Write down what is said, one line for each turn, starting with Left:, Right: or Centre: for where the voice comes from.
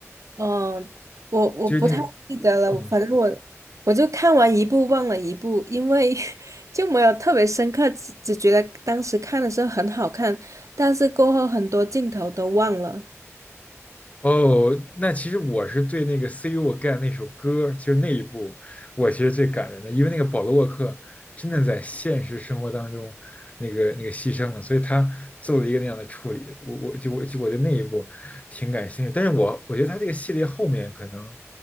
Right: 嗯，我我不太记得了，
Left: 就是那个，嗯。
Right: 反正我我就看完一部忘了一部，因为 <laughs> 就没有特别深刻，只只觉得当时看的时候很好看，但是过后很多镜头都忘了。
Left: 哦，那其实我是对那个《See You Again》那首歌，就是那一部，我其实最感人的，因为那个保罗沃克真的在现实生活当中，那个那个牺牲了，所以他做了一个那样的处理。我我就我就我对那一部挺感兴趣，但是我我觉得他这个系列后面可能